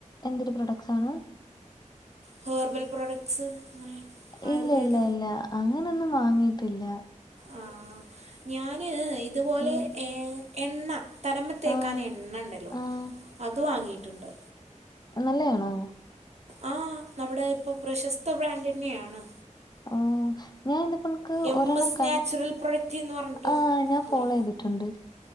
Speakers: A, on the left; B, on the right.
A: എന്തൊരു പ്രൊഡക്ട്സാണ്?
B: ഹേർബൽ പ്രോഡക്ട്സ് അങ്ങനെ ആയുർവേദ.
A: ഇല്ല ഇല്ല ഇല്ല അങ്ങനൊന്നും വാങ്ങീട്ടില്ല.
B: ആഹ് ഞാന് ഇത്പോലെ
A: ഉം
B: ഏഹ് എണ്ണ. തലമ്മെ തേക്കാന്
A: ആഹ്
B: എണ്ണ ഇണ്ടലൊ
A: ആഹ്
B: അത് വാങ്ങീട്ട്ണ്ട്.
A: നല്ലയാണോ
B: ആഹ് നമ്മുടെ ഇപ്പ പ്രശസ്ത ബ്രാൻഡന്നേണ്.
A: ഓഹ് ഞാൻ ഇന്ന് ഇപ്പൻക്ക്
B: എം
A: ഒരെണ്ണം.
B: എസ്
A: കൺ
B: നാച്ചുറൽ പ്രൊഡക്റ്റ് എന്ന് പറഞ്ഞിട്ട്
A: ആഹ് ഞാൻ
B: ഉള്ള
A: ഫോളോതിട്ട്ണ്ട്.